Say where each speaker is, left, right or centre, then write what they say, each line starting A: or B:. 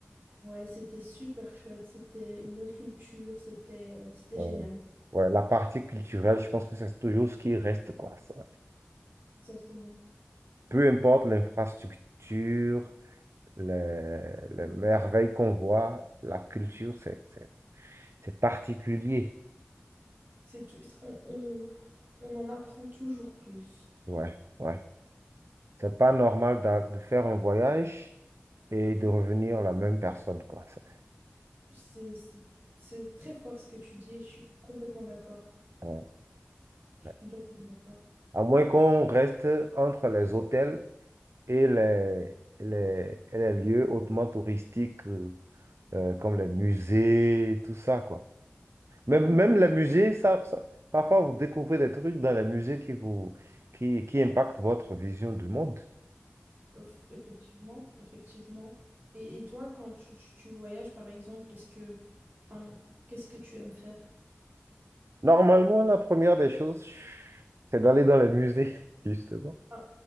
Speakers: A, on the right (about 45°); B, on the right (about 75°).
A: Ouais, c'était super chouette, c'était une autre culture, c'était euh, c'était
B: ouais.
A: génial.
B: Ouais, la partie culturelle, je pense que c'est toujours ce qui reste, quoi, ça.
A: Exactement.
B: Peu importe l'infrastructure, les, les merveilles qu'on voit, la culture, c'est, c'est, c'est particulier.
A: C'est tout, on, on, on en apprend toujours plus.
B: Ouais, ouais. C'est pas normal d'a- de faire un voyage et de revenir la même personne, quoi. C'est-
A: C'est c'est- c'est très fort ce que tu dis et je suis complètement d'accord.
B: ouais,
A: Je
B: ouais.
A: suis complètement d'accord.
B: À moins qu'on reste entre les hôtels et les, les, et les lieux hautement touristiques, euh, euh, comme les musées, tout ça, quoi. Même,
A: Quand,
B: même les musées, ça, ça- parfois vous découvrez des trucs dans les musées qui vous, qui, qui impactent votre vision du monde.
A: eff- effectivement, effectivement. Et, et toi, quand tu, tu- tu voyages, par exemple, est-ce que, enfin, qu'est-ce que tu aimes faire?
B: Normalement, la première des choses, c'est d'aller dans les musées, <laughs> justement.
A: Ah,